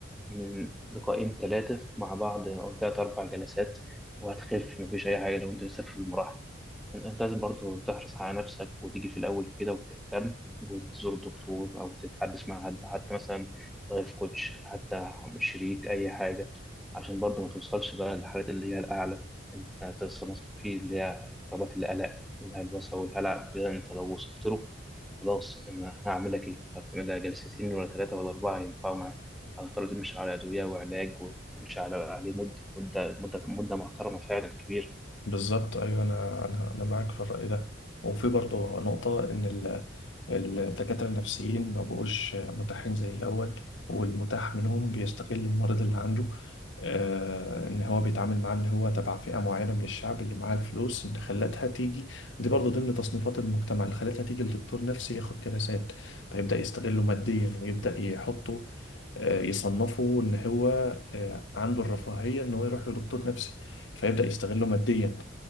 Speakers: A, in the centre; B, on the left.
A: من لقاءين ثلاثة مع بعض أو ثلاث أربع جلسات وهتخف مفيش أي حاجة لو أنت لسه في المراحل أنت أنت لازم برضو تحرص على نفسك وتيجي في الأول كده وتهتم وتزور دكتور أو تتحدث مع حد حتى مثلا لايف كوتش حتى شريك أي حاجة عشان برضو ما توصلش بقى للحالات اللي هي الأعلى أنت توصل مثلا في اللي هي اضطرابات القلق والهلوسة والهلع ده أنت لو وصلت له خلاص أنا هعمل لك إيه؟ هعمل لها جلستين ولا ثلاثة ولا أربعة ينفعوا معاك هتضطر تمشي على أدوية وعلاج وتمشي على عليه مدة مدة مدة مدة محترمة فعلا كبيرة
B: بالظبط ايوه انا انا انا معاك في الرأي ده وفي برضه نقطة ان ال الدكاترة النفسيين ما بقوش متاحين زي الأول والمتاح منهم بيستغل المريض اللي عنده آه، إن هو بيتعامل معاه إن هو تبع فئة معينة من الشعب اللي معاه الفلوس اللي خلتها تيجي دي برضه ضمن تصنيفات المجتمع اللي خلتها تيجي لدكتور نفسي ياخد جلسات فيبدأ يستغله ماديا ويبدأ يحطه آه، يصنفه إن هو آه، عنده الرفاهية إن هو يروح لدكتور نفسي فيبدأ يستغله ماديا